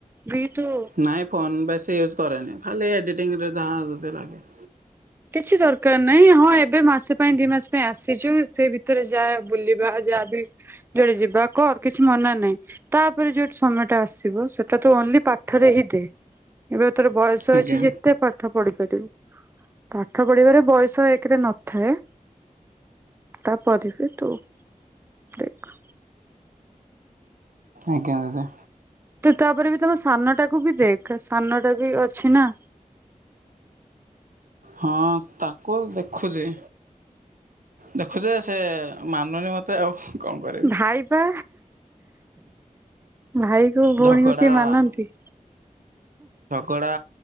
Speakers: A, on the right; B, on the right.
A: ବି ତୁ
B: ନାଇଁ ଫୋନ୍ ବେଶୀ ୟୁଜ୍ କରେନି ଖାଲି ଏଡ଼ିଟିଂରେ ଯାହା ଦୁ ସେ ଲାଗେ।
A: କିଛି ଦରକାର ନାହିଁ ହଁ ଏବେ ମାସେ ପାଇଁ ଦି ମାସ ପାଇଁ ଆସିଚୁ ସେ ଭିତରେ ଯାହା ବୁଲିବା ଯାହା ବି ଯୁଆଡ଼େ ଯିବା କର କିଛି ମନା ନାହିଁ। ତାପରେ ଯୋଉ ସମୟଟା ଆସିବ ସେଟା ତୁ ଓନ୍ଲି ପାଠରେ ହିଁ ଦେ ଏବେ ତୋର ବୟସ୍ ସ
B: ଆଜ୍ଞା
A: ଅଛି ଯେତେ ପାଠ ପଢି ପାରିବୁ। ପାଠ ପଢ଼ିବାରେ ବୟସ ଏକରେ ନଥାଏ। ତାପରେ ବି ତୁ ଦେଖ୍।
B: ଆଜ୍ଞା ଦିଦି।
A: ତୁ ତାପରେ ବି ତମ ସାନଟାକୁ ବି ଦେଖେ ସାନଟା ବି ଅଛି ନା।
B: ହଁ ତାକୁ ଆଉ ଦେଖୁଚି। ଦେଖୁଚି ଯେ ସେ ମାନୁନି ମତେ ଆଉ। କଣ କରିବି
A: ଭାଇ ପା ଭାଇ। ଲୋ ଭଉଣୀକୁ
B: ଝଗଡ଼ା
A: କିଏ ମାନନ୍ତି?
B: କଡ଼ା